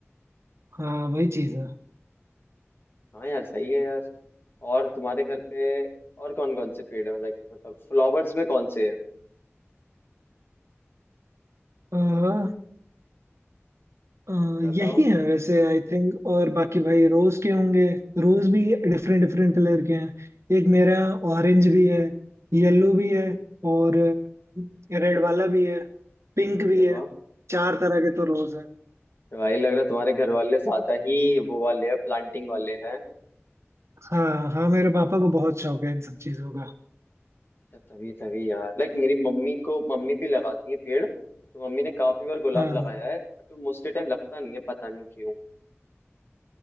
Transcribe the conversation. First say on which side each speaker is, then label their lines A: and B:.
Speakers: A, on the right (about 70°); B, on the left (about 50°).
A: हाँ वही चीज
B: हाँ यार सही है यार और तुम्हारे घर पे और कौन कौन से पेड़ है लाइक मतलब फ्लावर्स में कौन से हैं
A: है अ,
B: बताओ
A: यही है वैसे आई थिंक और बाकी भाई रोज के होंगे रोज भी डिफरेंट डिफरेंट कलर के हैं एक मेरा ऑरेंज भी है येलो भी है और रेड वाला भी है पिंक भी
B: अरे
A: है
B: वाह
A: चार तरह के तो रोज है
B: भाई लग रहा है तुम्हारे घर वाले ज्यादा ही वो वाले हैं प्लांटिंग वाले हैं
A: हाँ हाँ मेरे पापा को बहुत शौक है इन सब चीजों का
B: तो तभी तभी यार लाइक मेरी मम्मी को मम्मी भी लगाती है पेड़ तो मम्मी ने काफी बार गुलाब
A: हाँ
B: लगाया है बट वो मोस्टली टाइम लगता नहीं है पता नहीं क्यों